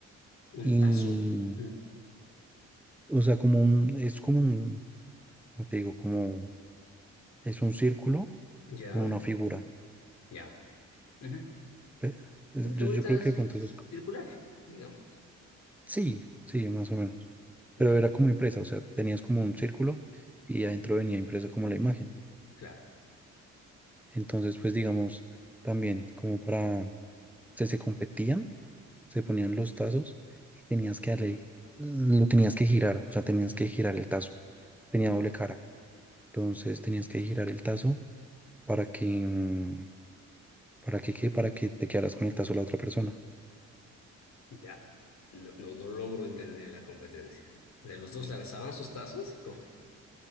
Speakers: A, on the left; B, in the centre.
A: Un
B: Y,
A: tazo. Mm,
B: o sea, como un, es como un, ¿cómo te digo, como, es un círculo
A: Ya,
B: con una figura.
A: ya. Ujú.
B: Pe- es-
A: Una figurita
B: Yo, yo creo que
A: circular,
B: de pronto eso es, co-
A: digamos.
B: sí, sí, más o menos. Pero
A: Ya,
B: era como impresa, o sea, tenías como un círculo y adentro venía impresa como la imagen.
A: claro.
B: Entonces, pues digamos, también como para, se, se competían, se ponían los tazos y tenías que darle, lo tenías que girar, o sea, tenías que girar el tazo. Tenía doble cara. Entonces tenías que girar el tazo para que, mm, para que, ¿qué? Para que te quedaras con el tazo de la otra persona.
A: Ya. No, no, no logro entender la competencia. O sea, los dos lanzaban sus tazos. <laughs> ¿Cómo? era?